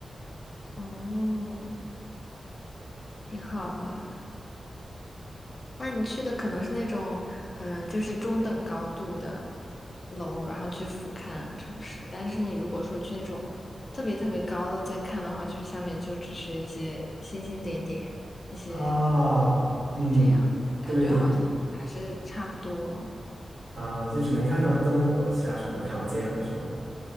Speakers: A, on the left; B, on the right.
A: 哦，挺好的。那你去的可能是那种，嗯，就是中等高度的楼，然后去俯瞰城市。但是你如果说去那种特别特别高的再看的话，就是下面就只是一些星星点点，一些
B: 啊，
A: 光这样，
B: 嗯，
A: 感觉好像还是差不多。
B: 对啊，就只能看到灯火，其他什么都看不见了，是吗？